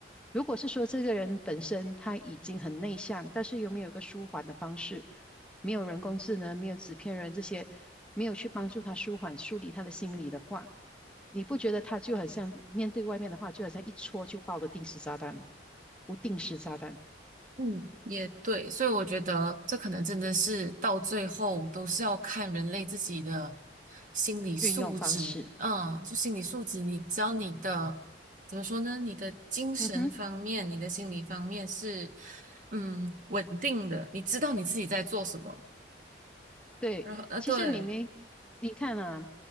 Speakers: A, in the centre; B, on the right.
A: 如果是说这个人本身他已经很内向，但是又没有一个舒缓的方式？没有人工智能，没有纸片人这些，没有去帮助他舒缓、梳理他的心理的话，你不觉得他就很像面对外面的话，就好像一戳就爆的定时炸弹吗？不定时炸弹
B: 嗯，也对，所以我觉得这可能真的是到最后都是要看人类自己的心理素质，
A: 运用方式，
B: 嗯，就心理素质你，只要你的怎么说呢，你的精神方面、
A: 嗯哼，
B: 你的心理方面是嗯稳定的，你知道你自己在做什么，
A: 对，
B: 然后呃对，
A: 其实你没，你看啊，